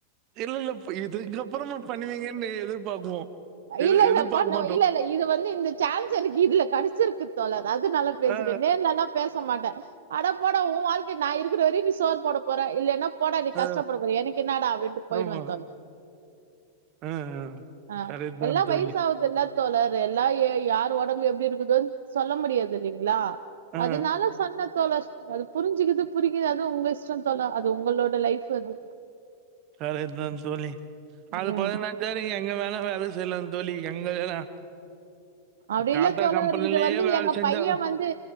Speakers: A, on the right (about 40°); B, on the right (about 60°).
A: இல்ல இல்ல பு இது இதுலப் அப்புறோம பண்ணுவீங்கன்னு எதிர்பார்க்குவோம் எது-
B: இல்ல இல்ல
A: எதிர்பார்க்க
B: பண்ண
A: மாட்டோம்
B: இல்ல இல்ல இது வந்து இந்த சான்ஸ் எனக்கு இதுல கெடச்சிருக்கு தோழர் அதுனாலா பேசுர
A: ஆ,
B: நேர்லலா பேச மாட்டே அட போட உ வாழ்க நா இருக்குற வரையு நீ சோறு போட போறே இல்லன போட நீக்
A: ஆ,
B: கஷ்டப்படபோறே எனக்கு என்னடா அப்டின்ட்டு
A: ஆ,
B: போய்டுவே
A: ஆமா
B: தோழர்
A: ஆ, ஆ.
B: ஆஹ்
A: கரெக்ட் தான்
B: எல்லா
A: தோழி.
B: வயசாவுதுல்ல தோழர் எல்லா ய யாரு ஒடம்பு எப்டி இருக்குதுன் சொல்ல முடியாது இல்லைங்களா
A: ஆ,
B: அதுனால சொன்ன தோழர் அது புரிஞ்சுக்குது புரிக்குறது உங்க இஷ்டொ தோழர் அது உங்களோட லைஃப் அது
A: சரிதான் தோழி அது
B: ம்
A: பதினஞ்சா நீங்க எங்க வேணா வேல செய்லா தோழி எங்க வேணா
B: அப்டி
A: டாடா
B: இல்ல தோழர்
A: கம்பெனிலயே
B: இது வந்து
A: வேலை
B: எங்க
A: செஞ்சா
B: பைய
A: தான்
B: வந்து